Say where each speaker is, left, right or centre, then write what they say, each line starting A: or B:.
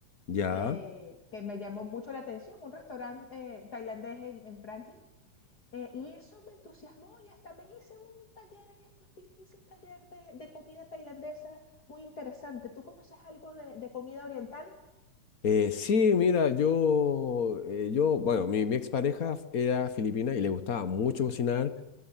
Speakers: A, on the left; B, on the left.
A: Ya.
B: eh, que me llamó mucho la atención, un restaurante eh, tailandés en en Franklin. Eh, y eso me entusiasmó y hasta me hice un taller en estos días, hice un taller de, de comida tailandesa muy interesante. ¿Tú conoces algo de, de comida oriental?
A: Eh, sí, mira, yo, eh, yo, bueno, mi, mi expareja f- era filipina y le gustaba mucho cocinar